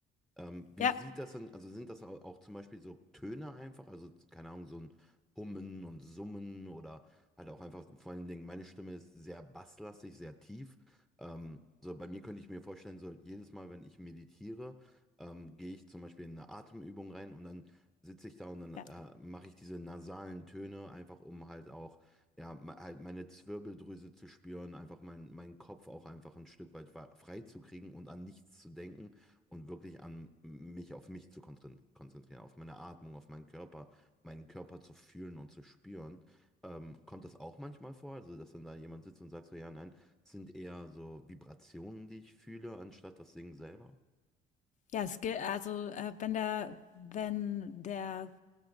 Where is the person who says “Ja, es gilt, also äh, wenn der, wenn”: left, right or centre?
Left